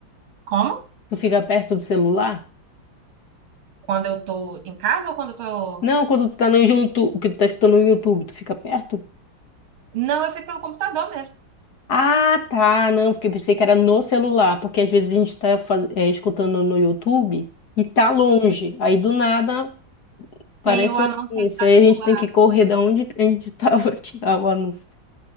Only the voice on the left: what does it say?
Tu fica perto do celular?
Não, quando tu tá no YouTube, que tu tá escutando no YouTube, tu fica perto?
Ah, tá. Não, porque eu pensei que era no celular, porque às vezes a gente está escutando no YouTube e tá longe. Aí do nada aparece
um anúncio.
Aí a gente
tem que correr da onde a gente estava <laughs> pra tirar o anúncio.